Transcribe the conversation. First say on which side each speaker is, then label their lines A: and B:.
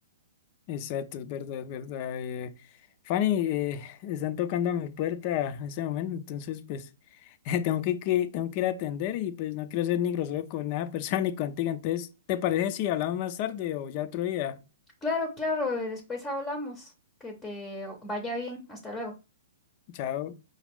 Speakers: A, on the left; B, on the left.
A: exacto, es verdad, es verdad. eh. Fanny, eh, están tocando a mi puerta en ese momento, entonces pues <laughs> tengo que, que- tengo que ir a atender y pues no quiero ser ni grosero con nada <laughs> persona ni contigo. Entonces, ¿te parece si hablamos más tarde o ya otro día?
B: Claro, claro, eh, después hablamos. Que te vaya bien. Hasta luego.
A: Chao.